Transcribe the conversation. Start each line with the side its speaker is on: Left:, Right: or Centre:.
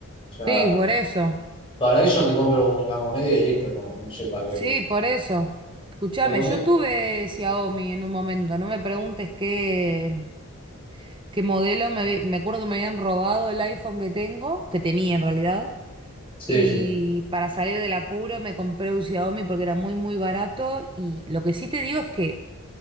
Left: sea,
Right: Sí, por eso.
Left: para eso me compro un gama media y listo, no, no sé para
Right: Sí,
Left: qué.
Right: por eso. Escúchame,
Left: Pero
Right: yo
Left: me...
Right: tuve Xiaomi en un momento, no me preguntes qué, qué modelo, me, habí- me acuerdo que me habían robado el iPhone que tengo, que tenía en realidad,
Left: Sí,
Right: y
Left: sí,
Right: para salir del apuro me compré un Xiaomi porque era muy, muy barato, y lo que sí te digo es que